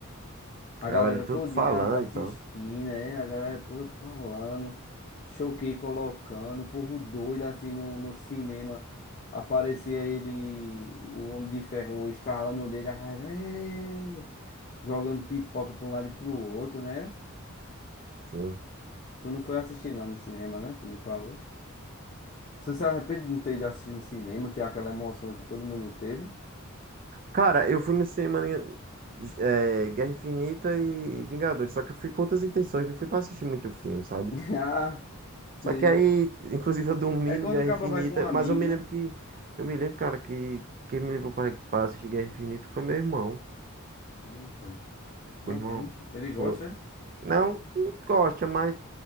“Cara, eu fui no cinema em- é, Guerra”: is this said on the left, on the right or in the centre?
Right